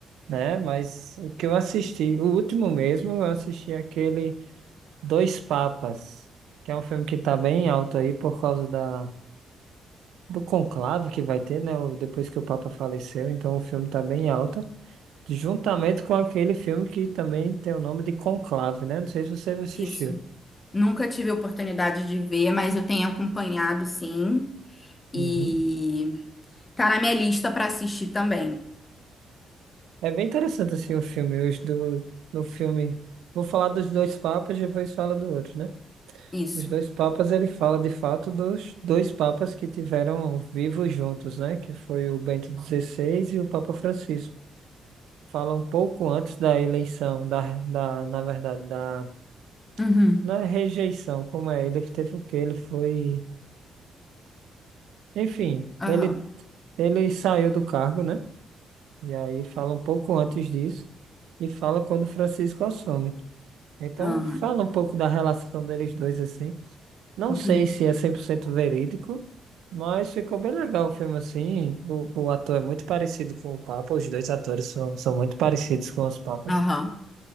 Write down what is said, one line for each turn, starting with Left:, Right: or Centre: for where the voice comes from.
Right: né? Mas o que eu assisti, o último mesmo, eu assisti aquele Dois Papas, que é um filme que tá bem alto aí por causa da, do conclave que vai ter, né? o- Depois que o Papa faleceu, então o filme tá bem alta, juntamente com aquele filme que também tem o nome de Conclave, né? Não sei se você assistiu.
Left: Isso. Nunca tive a oportunidade de ver, mas eu tenho acompanhado, sim. E
Right: Uhum.
Left: tá na minha lista para assistir também.
Right: É bem interessante assim o filme. Os do, no filme, vou falar dos dois papas e depois fala do outro, né?
Left: Isso.
Right: Os dois papas, ele fala de fato dos dois papas que tiveram vivos juntos, né? Que foi o Bento XVI e o Papa Francisco. Fala um pouco antes da eleição, da, da, na verdade, da,
Left: Uhum.
Right: não é rejeição, como é? Ele teve o quê? Ele foi, enfim,
Left: Aham.
Right: ele, ele saiu do cargo, né? E aí fala um pouco antes disso e fala quando Francisco assume. Então,
Left: Ah,
Right: fala um pouco da relação deles dois, assim. Não
Left: entendi.
Right: sei se é 100% verídico, mas ficou bem legal o filme, assim. O, o ator é muito parecido com o Papa, os dois atores são, são muito parecidos com os Papas.
Left: Aham.